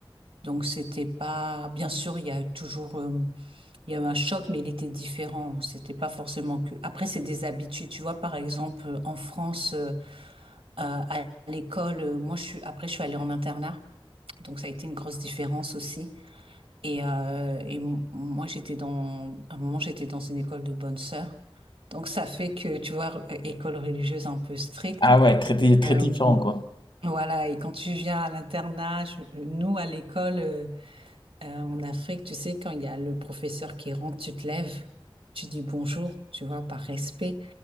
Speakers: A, on the right; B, on the left.
A: donc c'était pas. Bien sûr, il y a eu toujours, euh, il y a eu un choc, mais il était différent. C'était pas forcément que. Après, c'est des habitudes, tu vois. Par exemple, euh, en France, euh, à à l'école, euh, moi, je suis. Après, je suis allée en internat, donc ça a été une grosse différence aussi. Et, euh, et m- moi, j'étais dans, à un moment, j'étais dans une école de bonnes sœurs. Donc, ça fait que, tu vois, re- école religieuse un peu stricte.
B: Ah ouais, très, di- très
A: Euh,
B: différent quoi.
A: voilà, et quand tu viens à l'internat, je- nous, à l'école, euh, euh, en Afrique, tu sais, quand il y a le professeur qui rentre, tu te lèves, tu dis bonjour, tu vois, par respect.